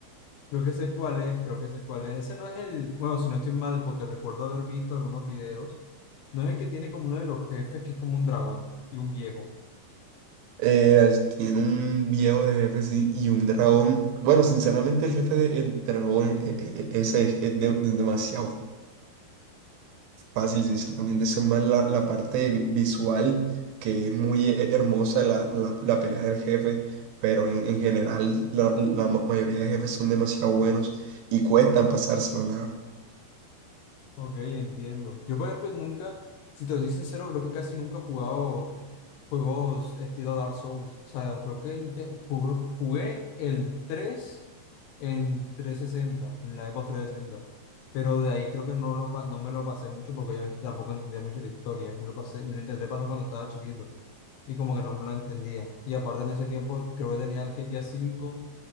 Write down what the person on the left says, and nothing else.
Creo que sé cuál es, creo que sé cuál es. Ese no es el, bueno, si no estoy mal, porque recuerdo haber visto algunos videos. No es el que tiene como uno de los jefes, que es como un dragón y un viejo.
Ok, entiendo. Yo, por ejemplo, nunca, si te soy sincero, creo que casi nunca he jugado Juegos estilo Dark Souls. O sea, creo que inte- jugué, jugué el 3 en 360 en la Xbox trescientos sesenta Pero de ahí creo que no, lo, pa- no me lo pasé mucho porque obviamente tampoco entendía mucho la historia. Me lo pasé, me lo intenté pasar cuando estaba chiquito y como que no me lo entendía. Y aparte en ese tiempo creo que tenía el GTA V